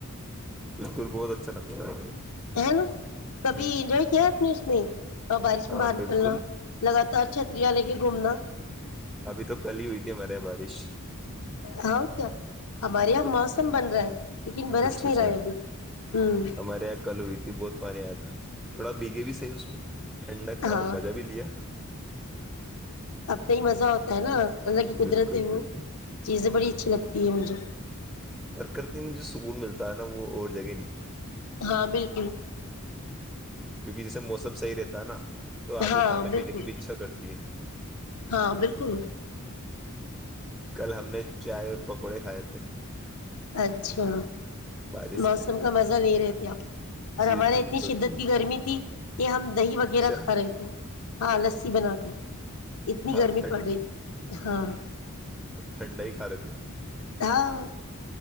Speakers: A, in the centre; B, on the left (about 75°).
A: بالکل بہت اچھا لگتا ہے
B: ہے نا کبھی
A: ہ
B: انجوائے کیا <inaudible> اور بارش
A: ہاں
B: میں باہر
A: بالکل
B: نکلنا لگاتار چ ری <unintelligible> گھومنا
A: ابھی تو کل ہی ہوئی تھی ہمارے یہاں بارش
B: ہ کیا ہمارے یہاں
A: تو
B: موسم بن رہا ہے لیکن برس
A: اچھا
B: نہیں
A: اچھا
B: رہا ہے ابھی ہوں
A: ہمارے یہاں کل ہوئی تھی بہت پانی آیا تھا تھوڑا بھیگے بھی صحیح اس میں ٹھنڈک کا
B: ہاں
A: مزہ بھی لیا
B: اب تو ہی مزہ ہوتا ہے نا اللہ کی قدرت
A: بالکل
B: ہے وہ
A: بالکل
B: چیزیں بڑی اچھی لگتی ہے مجھے
A: پرکرتی میں جو سکون ملتا ہے نا وہ اور جگہ نہیں
B: ہاں بالکل
A: کیونکہ جیسے موسم صحیح رہتا ہے نا تو آپ
B: ہاں
A: کو کھانے
B: بالکل
A: پینے کی بھی اچھا کرتی ہے
B: ہاں بالکل
A: کل ہم نے چائے اور پکوڑے کھائے تھے
B: اچھا
A: بارش
B: موسم
A: میں
B: کا مزہ لے رہے تھے آپ اور
A: جی
B: ہمارے
A: بالکل
B: اتنی شدت
A: بالکل
B: کی گرمی تھی کہ ہم دہی وغیرہ
A: اچھا
B: کھا رہے تھے ہاں لسی بنا کے اتنی
A: آپ
B: گرمی
A: ٹھنڈ
B: پڑ رہی تھی ہاں
A: ھنڈا ہی کا رہے تھ
B: ہاں